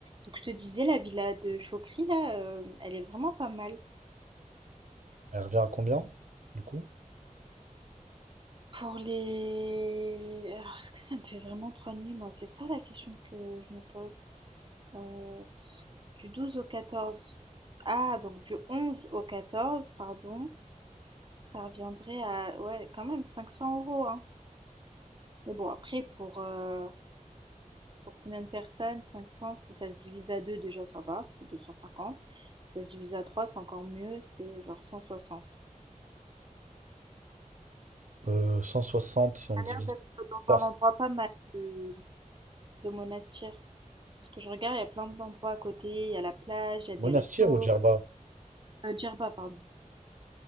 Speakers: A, on the right; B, on the right.
A: Donc je te disais, la villa de Chokri, là, euh, elle est vraiment pas mal.
B: Elle revient à combien, du coup?
A: Pour les... Alors, est-ce que ça me fait vraiment trois nuits, moi? C'est ça la question que je me pose. Euh, du 12 au 14. Ah, donc du 11 au 14, pardon. Ça reviendrait à... Ouais, quand même, 500 euros, hein. Mais bon, après, pour, euh, pour combien de personnes? 500, si ça se divise à deux, déjà, ça va, ça fait 250. Si ça se divise à trois c'est encore mieux, c'est genre 160.
B: Euh, 160 si on
A: a
B: divise
A: l'air d'être dans
B: par
A: un endroit pas mal de, de Monastir. Parce que je regarde, il y a plein d'endroits à côté. Il y a la plage, il y a des
B: Monastir
A: restos.
B: ou Djerba?
A: Euh, Djerba, pardon.